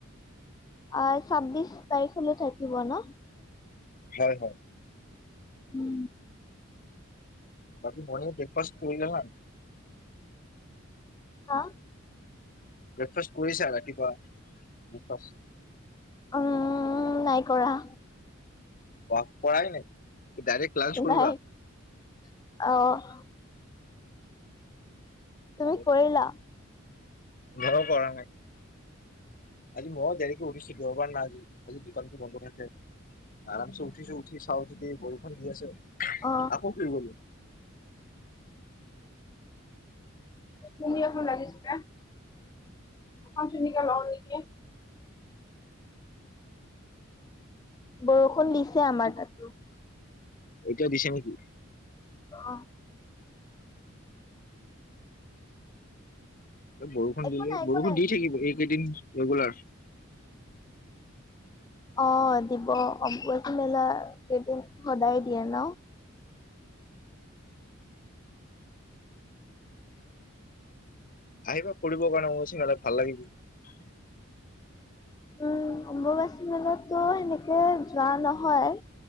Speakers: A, on the left (about 20°); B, on the left (about 40°).
A: অঁ ছাব্বিশ তাৰিখ লৈকে থাকিব ন?
B: হয় হয়।
A: উম।
B: বাকি মৰ্নিং ব্ৰেকফাষ্ট কৰিলা নাই?
A: হাঁ?
B: ব্ৰেকফাষ্ট কৰিছা ৰাতিপুৱা ব্ৰেকফাষ্ট।
A: উম নাই কৰা।
B: বা কৰায়ে নাই? ডাইৰেক্ট লাঞ্চ কৰিবা?
A: নাই অ', তুমি
B: ভালে
A: কৰিলা?
B: মইও কৰা নাই আজি মইও দেৰিকে উঠিছো দেওবাৰ না আজি আজি দোকানটো বন্ধ থাকে আৰামছে উঠো। উঠিচো উঠি চাও যে বৰষুণ দি আছে
A: অ
B: আকৌ শুই গলো।
A: চুৰ্ণী এখন লাগিছিলে। এইখন চুৰ্ণীকে লওঁ নেকি? বৰষুণ দিছে। দিছে আমাৰ
B: কি
A: তাতো।
B: এতিয়া দিছে নেকি?
A: অঁ
B: বৰষুণ
A: একো
B: দিলে
A: নাই একো
B: বৰষুণ
A: নাই।
B: দি থাকিব এইকেইদিন ৰেগুলাৰ।
A: অঁ দিব অম্বুবাচী মেলা কেইদিন সদায় দিয়ে ন?
B: আহিবা ফুৰিব কাৰণে অম্বুবাচী মেলাত ভাল লাগিব।
A: উম অম্বুবাচী মেলাতো সেনেকে যোৱা নহয়